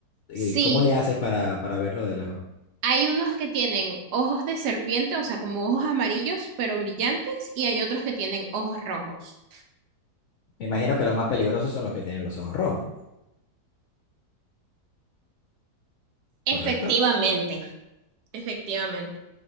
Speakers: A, on the left; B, on the right.
A: eh,
B: Sí,
A: ¿cómo le haces para, para verlo de lejos?
B: hay unos que tienen ojos de serpiente, o sea, como ojos amarillos pero brillantes y hay otros que tienen ojos rojos.
A: Me imagino que los más peligrosos son los que tienen los ojos rojos,
B: Efectivamente,
A: ¿correcto?
B: efectivamente.